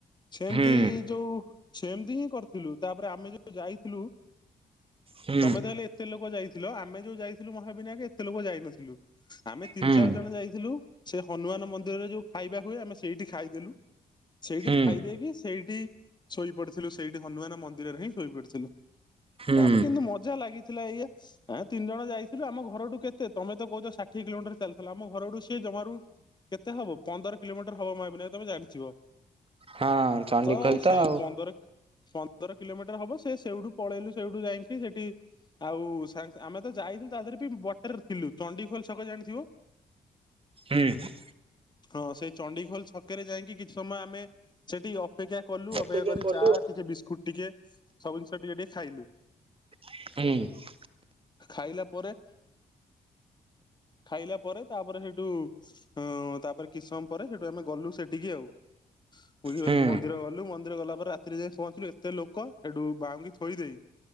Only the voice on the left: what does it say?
ସେମିତି
ଯୋଉ ସେମିତି ହିଁ କରିଥିଲୁ ତାପରେ ଆମେ ଯୋଉ ଯାଇଥିଲୁ।
ତମେ ତା ହେଲେ ଏତେ ଲୋକ ଯାଇଥିଲ ଆମେ ଯୋଉ ଯାଇଥିଲୁ ମହାବିନାୟକେ ଏତେ ଲୋକ ଯାଇନଥିଲୁ। ଆମେ ତିନି
ଚାରି ଜଣ ଯାଇଥିଲୁ ସେ ହନୁମାନ ମନ୍ଦିରରେ ଯୋଉ ଖାଇବା ହୁଏ ଆମେ ସେଇଠି ଖାଇଦେଲୁ। ସେଇଠି
ଖାଇ ଦେଇକି ସେଇଠି ଶୋଇପଡ଼ିଥିଲୁ ସେଇଠି ହନୁମାନ ମନ୍ଦିରରେ ହିଁ ଶୋଇପଡିଥିଲୁ।
ତାପରେ କିନ୍ତୁ ମଜା ଲାଗିଥିଲା ଏଇଆ ଆଁ ତିନି ଜଣ ଯାଇଥିଲୁ ଆମ ଘରଠୁ କେତେ ତମେ ତ କହୁଛ ଷାଠିଏ କିଲୋମିଟର ଚାଲିଥିଲ ଆମ ଘରଠୁ ସିଏ ଜମାରୁ କେତେ ହବ ପନ୍ଦର କିଲୋମିଟର ହବ ମହାବିନାୟକ ତମେ ଜାଣିଥିବ।
ତ ସେଇ
ପନ୍ଦର ପନ୍ଦର କିଲୋମିଟର ହବ ସେ ସେଇଠୁ ପଳେଇଲୁ ସେଇଠୁ ଯାଇକି ସେଠି ଆଉ ସାଙ୍ଗ ଆମେ ତ ଯାଇଥିଲୁ ତା ଦେହରେ ବି ବ ଟର୍ ଥିଲୁ ଚଣ୍ଡି ଖୋଲ ଛକ ଜାଣିଥିବ।
ହଁ ସେଇ ଚଣ୍ଡିଖୋଲ ଛକରେ ଯାଇକି କିଛି ସମୟ ଆମେ ସେଠି ଅପେକ୍ଷା କଲୁ। ଅପେକ୍ଷାକରି
ଚା ଟିକେ ବିସ୍କୁଟ ଟିକେ ସବୁ ଜିନିଷ ଟିକେ ଟିକେ ଖାଇଲୁ।
ଖାଇଲା ପରେ ଖାଇଲା ପରେ ତାପରେ ସେଇଠୁ ଅ ତାପରେ କିସ ସମୟ ପରେ ସେଠୁ ଆମେ ଗଲୁ ସେଠିକି ଆଉ। ବୁଝିପାରୁଛ
ମନ୍ଦିର ଗଲୁ ମନ୍ଦିର ଗଲା ପରେ ରାତିରେ ଯାଇ ପହଞ୍ଚିଲୁ ଏତେ ଲୋକ ସେଠୁ ବାହୁଁଙ୍ଗି ଥୋଇ ଦେଇ।